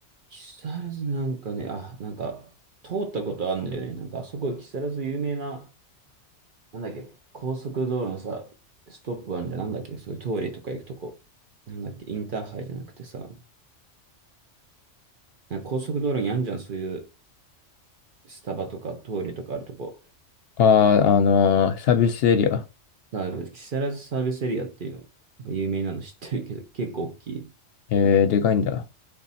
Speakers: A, on the right; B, on the left.
A: 木更津なんかね、あ、なんか、通ったことあるんだよね。なんか、あそこ、木更津有名な、なんだっけ、高速道路のさ、ストップあんじゃん、なんだっけ、そういう通りとか行くとこ。なんだっけ、インターハイじゃなくてさ、なんか高速道路にあんじゃん、そういうスタバとか通りとかあるとこ。
B: ああ、あのー、サービスエリア。
A: だから木更津サービスエリアっていうの、なんか有名なの <laughs> 知ってるけど、結構大きい。
B: えー、でかいんだ。